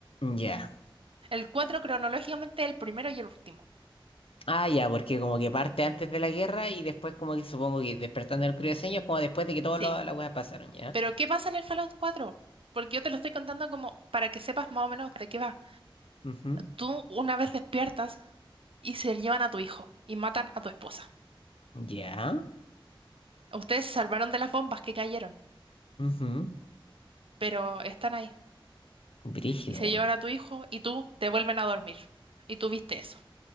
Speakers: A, on the left; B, on the right.
A: ya.
B: El 4 cronológicamente el primero y el último.
A: Ah, ya, porque como que parte antes de la guerra y después como que supongo que despertando el crioseño es como después de que todas
B: Sí.
A: las las weas pasaron, ¿ya?
B: Pero ¿qué pasa en el Fallout 4? Porque yo te lo estoy contando como para que sepas más o menos de qué va.
A: Ujú,
B: Tú una vez despiertas y se llevan a tu hijo y matan a tu esposa.
A: Ya,
B: Ustedes se salvaron de las bombas que cayeron,
A: ujú.
B: pero están ahí.
A: Brígido,
B: y se
A: weón.
B: llevan a tu hijo y tú te vuelven a dormir. Y tú viste eso.